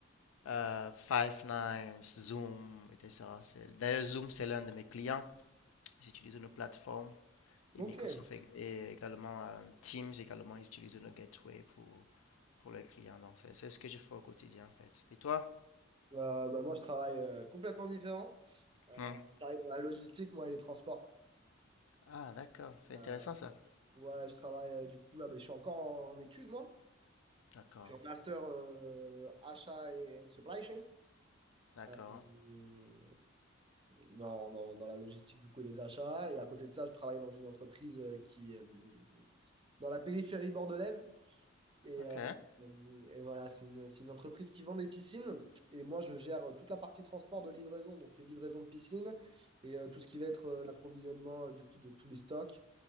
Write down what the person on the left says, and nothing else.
euh, Five9, Zoom, etc. C'est- D'ailleurs, Zoom, c'est l'un de mes clients. Ils utilisent nos plateformes et
Microsoft et également euh, Teams également, ils utilisent nos gateways pour, pour les clients. Donc, c'est c'est ce que je fais au quotidien en fait. Et toi?
Hmm.
Ah, d'accord, c'est intéressant
ça.
D'accord,
d'accord.
Ok.